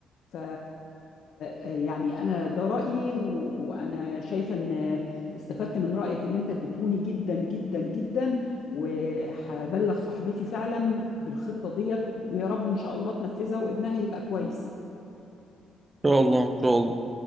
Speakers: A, on the left; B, on the right.
A: ف يعني انا ده رأيي و... وانا شايفة ان استفدت من رأيك اللي انت اديتهوني جدا جدا جدا وهبلغ صاحبتي فعلا بالخطة ديت ويا رب إن شاء الله تنفذها وابنها يبقى كويس
B: إن شاء الله إن شاء الله